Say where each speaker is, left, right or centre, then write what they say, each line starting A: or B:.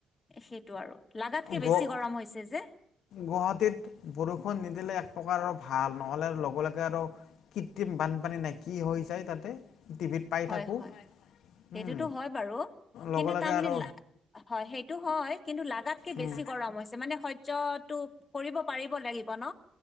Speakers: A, on the left; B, on the left.
A: সেইটো আৰু লাগাতকে
B: গ
A: বেছি গৰম হৈছে যে
B: গুৱাহাটীত বৰষুণ নিদিলে এক প্ৰকাৰৰ ভাল নহ'লে আৰু লগে লগে আৰু কৃত্ৰিম বানপানী নাই কি হৈ যায় তাতে টিভিত পাই
A: হয়
B: থাকোঁ।
A: - হয় সেইটোতো
B: উম,
A: হয় বাৰু
B: লগে
A: কিন্তু
B: লগে
A: তাৰমানে
B: আৰু
A: হয় সেইটো হয় কিন্তু লাগাতকে
B: উম।
A: বেছি গৰম হৈছে মানে সহ্যয়তটো কৰিব পাৰিব লাগিব ন।